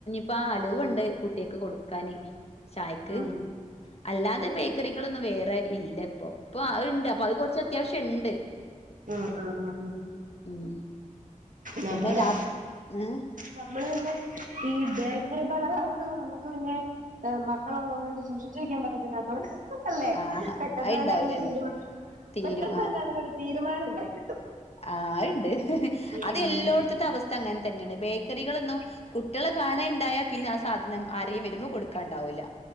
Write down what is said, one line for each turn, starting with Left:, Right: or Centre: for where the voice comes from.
Left: പ്പാ ആ അലുവണ്ട് കുട്ട്യേക്ക് കൊടുക്കാന് ചായക്ക്
Right: ആഹ്
Left: അല്ലാതെ ബേക്കറികളൊന്നും വേറെ ഇല്ല പ്പോ, പ്പൊ അഹ്ണ്ട് അപ്പൊ അത് കൊർച്ചത്യാവശ്യണ്ട്
Right: ആഹ് ആ ആ അഹ്
Left: ഉം
Right: നമ്മള്
Left: പിന്നെ രാ ഏഹ്
Right: നമ്മള് പിന്നെ ഈ ബേക്കറി പലഹാരങ്ങള് നമുക്ക് പിന്നെ മക്കളുള്ളതോണ്ട് സൂക്ഷിച്ച് വെക്കാൻ പറ്റത്തില്ലാത്തോണ്ട് അല്ലെ
Left: ആഹ്
Right: പെട്ടെന്ന്
Left: അത്ണ്ടാവില്ലല്ലേ
Right: തന്നെ അതിന് തീരുമാ
Left: തീരും
Right: പെട്ടെന്ന് തന്നെ അതിനരു തീരുമാനം ഉണ്ടായി കിട്ടും
Left: ആ അഹ്ണ്ട്
Right: ഉം
Left: അത് എല്ലോട്ത്ത് ത്തവസ്ഥ അങ്ങൻ തന്നെയാണ് ബേക്കറികളൊന്നും കുട്ട്യളെ കാണേ ണ്ടായ പിന്നാ സാധനം ആരേം വരുമ്പൊ കൊടു ക്കാണ്ടാവൂല